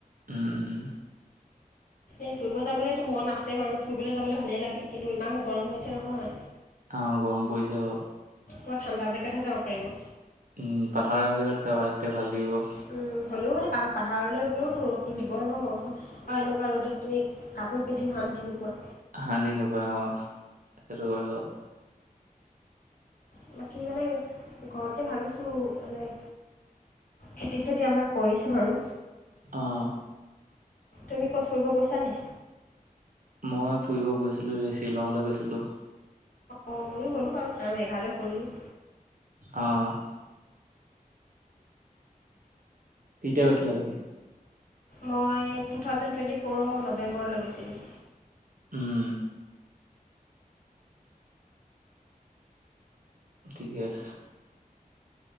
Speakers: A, on the right (about 65°); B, on the left (about 70°).
A: উম উম
B: এই ফুৰিব যাবলৈতো মন আছে বাৰু ফুৰিবলৈ যাবলৈ ভালেই লাগে, কিন্তু ইমান গৰম হৈছে নহয়।
A: অ গৰম পৰিছে বাৰু।
B: পুৰা ঠাণ্ডা জেগাতহে যাব পাৰিব।
A: উম পাহাৰৰ জেগাত জাবা, তেতিয়া ভাল দাগিব।
B: উম হ'লেও মানে পাহ, পাহাৰলৈ গ'লেওতো ৰদতো দিবই ন, <unintelligible> এনেকুৱা কাৰণতে <unintelligible> তুমি কাপোৰ পিন্ধিও শান্তিও নোপোৱা।
A: হান্তি নোপোৱা অ, হেতো হয় বাৰু।
B: বাকী মানে, ঘৰতে ভাবিছোঁ এনে খেতি-চেতি আমাৰ কৰিছে বাৰু।
A: অ'হ।
B: তুমি ক'ত ফুৰিব গৈছা নে?
A: মই ফুৰিব গৈছিলোঁ, এই শ্বিলঙলৈ গৈছিলোঁ।
B: অ, ময়ো গলোঁ বাৰু, তাৰ মেঘালয় ফুৰিলোঁ।
A: অ'। কেতিয়া গৈছিলা তুমি?
B: মই টু থাউজেণ্ড টুৱেণ্টি ফ'ৰ নেম্বৰলৈ গৈছিলোঁ।
A: উম। ঠিকে আছে।